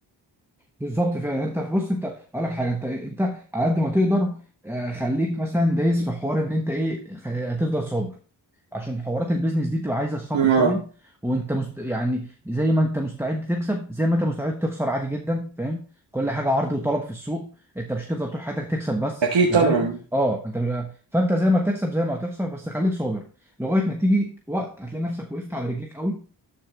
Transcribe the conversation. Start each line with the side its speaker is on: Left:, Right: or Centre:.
Centre: بالظبط فعلا يعني انت بص انت اقول لك حاجه انت إيه، انت على قد ما تقدر آه، خليك مثلا دايس في حوار ان انت ايه خ- هتفضل صابر عشان حوارات البيزنس دي بتبقى عايزه الصبر
Right: آه.
Centre: شويه وانت مست... يعني زي ما انت مستعد تكسب زي ما انت مستعد تخسر عادي جدا فاهم كل حاجه عرض وطلب في السوق انت مش هتفضل طول حياتك تكسب بس
Right: اكيد
Centre: انت
Right: طبعا
Centre: فاهم اه انت بيبقى... فانت زي ما تكسب زي ما هتخسر بس خليك صابر لغايه ما تيجي وقت هتلاقي نفسك وقفت على رجليك قوي